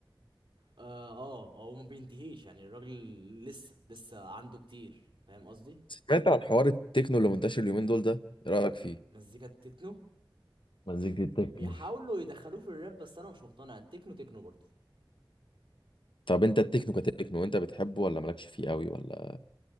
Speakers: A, on the right (about 80°); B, on the left (about 70°).
A: اه اه آه، وما بينتهيش يعني الراجل لسه لسه عنده كتير فاهم قصدي
B: سمعت عن حوار التكنو اللي منتشر اليومين دول ده إيه رأيك فيه؟
A: مزيكا التكنو
B: مزيكة التكنو
A: بيحاولوا يدخلوه في الراب بس انا مش مقتنع التكنو تكنو برضه
B: طب أنت التكنو كتكنو أنت بتحبه ولا مالكش فيه قوي ولا